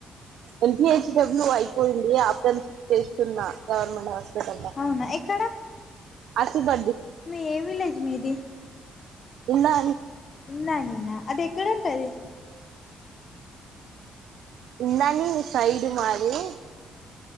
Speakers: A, on the right (about 75°); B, on the left (about 30°).
A: L P H P W అయిపోయింది న్ప్ చేస్తున్నా గవర్నమెంట్ హాస్పిటల్ల్లో
B: అవునా ఎక్కడ
A: అస పర్జ
B: మీ ఏ విలేజ్ మీది
A: ఉన్నా
B: ఉందా నిన్న అది ఎక్కడ ఉంటది
A: ఇందాని సైడ్ మాది